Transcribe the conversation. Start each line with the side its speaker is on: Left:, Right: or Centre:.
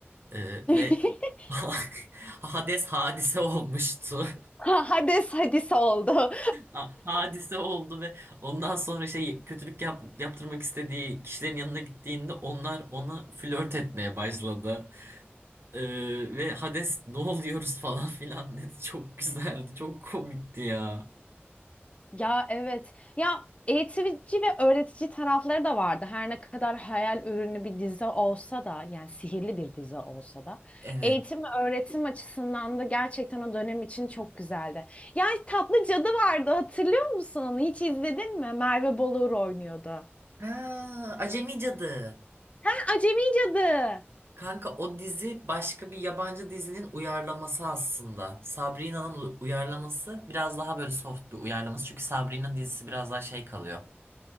Right: E,
Left: <laughs>
Right: ve <laughs> Hades hadise olmuştu.
Left: Ha- Hades hadise oldu. <laughs>
Right: Ha- hadise oldu ve ondan sonra şey kötülük yap, yaptırmak istediği kişilerin yanına gittiğinde onlar ona flört etmeye başladı. Ee, ve Hades ne oluyoruz falan filan dedi. Çok güzeldi, çok komikti ya.
Left: Ya evet. Ya eğitici ve öğretici tarafları da vardı. Her ne kadar hayal ürünü bir dizi olsa da yani sihirli bir dizi olsa da
Right: Evet.
Left: eğitim ve öğretim açısından da gerçekten o dönem için çok güzeldi. Ya Tatlı Cadı vardı hatırlıyor musun onu? Hiç izledin mi? Merve Bolur oynuyordu.
Right: Ha, Acemi Cadı.
Left: Ha Acemi Cadı.
Right: Kanka o dizi başka bir yabancı dizinin uyarlaması aslında. Sabrina'nın uyarlaması biraz daha böyle soft bir uyarlaması. Çünkü Sabrina dizisi biraz daha şey kalıyor.